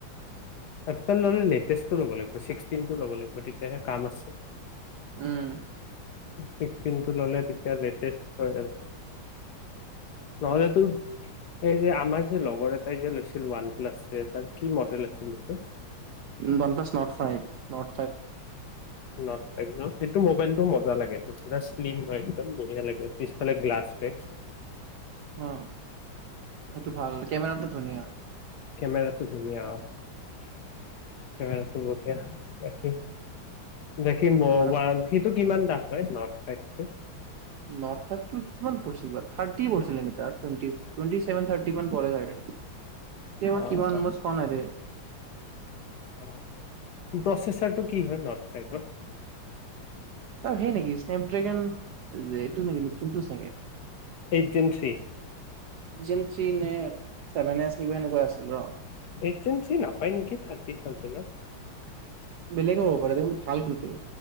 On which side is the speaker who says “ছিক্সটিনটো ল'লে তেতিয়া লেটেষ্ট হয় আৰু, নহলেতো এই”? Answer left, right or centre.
Left